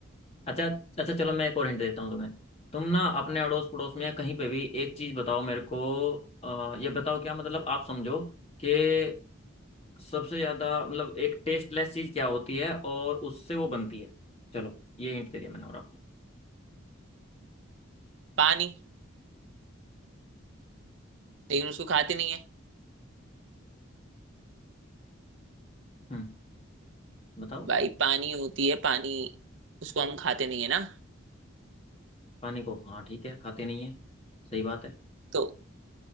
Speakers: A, on the left; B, on the right.
A: अच्छा अच्छा चलो मैं एक और हिंट देता हूँ तुम्हें तुम ना अपने अड़ोस पड़ोस में या कहीं पे भी एक चीज बताओ मेरे को अ, ये बताओ क्या मतलब आप समझो कि सबसे ज्यादा मतलब एक टेस्टलेस चीज क्या होती है और उससे वो बनती है चलो ये हिंट दे दिया मैंने और आपको
B: पानी लेकिन उसको खाते नहीं है
A: हम्म बताओ
B: भाई पानी होती है पानी उसको हम खाते नहीं है ना
A: पानी को हाँ ठीक है खाते नहीं है सही बात है
B: तो